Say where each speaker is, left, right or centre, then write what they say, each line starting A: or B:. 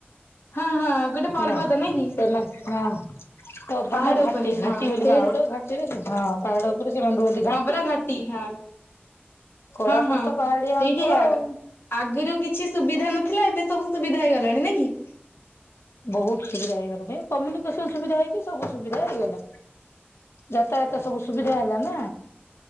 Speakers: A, on the left; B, on the left.
A: ହଁ ହଁ ଗୋଟେ ପର୍ବତ
B: ନା
A: ନାଇଁ
B: ସେମାନେ
A: କି
B: ହଁ ହ
A: ପାହାଡ
B: ବଣ୍ଡା ଘାଟି
A: ଉପରେ
B: ଘାଟି
A: ହଁ
B: ବୋଲି
A: ସେଇଟା
B: ଗାଁ ଗଡେ ଘାଟିରେ ହଁ ପାଡ଼ ବଧୁ ଅଧ ଘା
A: ହଁ
B: <unintelligible>
A: ଘାଟି ହଁ
B: କୋରାପୁଟ
A: ହଁ
B: ତ ପାହାଡିଆ
A: ସେଇଠି
B: ଅଞ୍ଚଳ ଆଉ।
A: ଆଗରୁ କିଛି ସୁବିଧା ନଥିଲା ଏବେ ସବୁ ସୁବିଧା ହେଇଗଲାଣି ନ କି
B: ବହୁତ ସୁବିଧା ହେଇଗଲାଣି କମ୍ୟୁନିକେସନ ସୁବିଧା ହେଇକି ସବୁ ସୁବିଧା ହେଇଗଲା ଯାତାୟାତ ସବୁ ସୁବିଧା ହେଲା ନା